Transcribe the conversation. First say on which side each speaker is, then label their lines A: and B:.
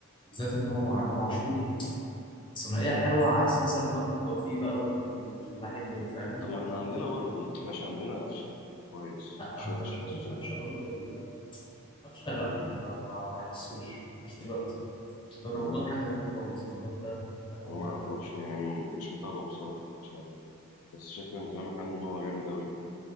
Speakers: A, on the left; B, on the left.
A: بالذات إن هو مع إمام عاشور ثنائية حلوة عكس مثلا أكرم توفيق بقى وال- والفلاحين دول فاهمني
B: طب ما احنا عندنا برضه ماشي عندنا قفشه كويس
A: لا
B: مش
A: انت
B: وحش
A: مش
B: في
A: هتجيب
B: السوق
A: قفشه برضه ال- قفشه لا يعني ما ما بحسوش مش دلوقتي ده
B: تمام.
A: رمضان حاجه تانيه خالص رمضان ده مهم قوي
B: انا ما
A: قوي
B: اعرفوش
A: قوي
B: يعني م- مش متابعه بصراحه مش عارف بس شكل من كلامك عنه ان هو جامد قوي يعني.